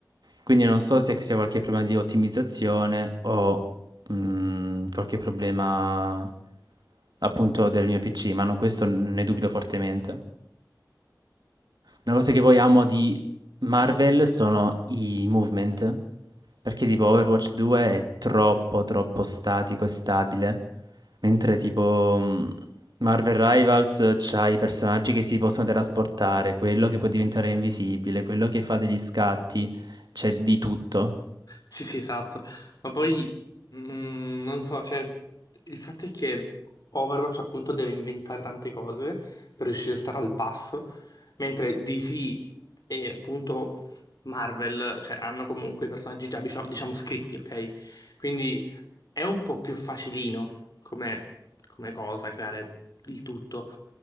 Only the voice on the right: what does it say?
Quindi non so se sia qualche problema di ottimizzazione o mm, qualche problema appunto del mio PC, ma no- questo ne dubito fortemente. Una cosa che poi amo di Marvel sono i movement, perché tipo Overwatch 2 è troppo troppo statico e stabile, mentre tipo mm, Marvel Rivals c'ha i personaggi che si possono trasportare, quello che può diventare invisibile, quello che fa degli scatti, c'è di tutto.